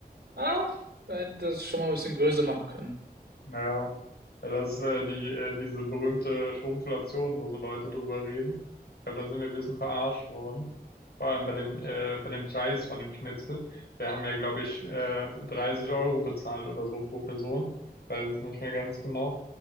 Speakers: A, on the right; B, on the left.
A: ah, da hätten wir das schon mal ein bisschen größer machen können.
B: Ja, Ja, das ist äh, die, äh, diese berühmte Schrumpflation, wo so Leute drüber reden. Ich glaube, da sind wir ein bisschen verarscht worden. Vor allem bei dem, äh, bei dem Preis von dem Schnitzel. Wir haben ja, glaube ich, äh, 30 Euro bezahlt oder so pro Person. Ich weiß es nicht mehr ganz genau.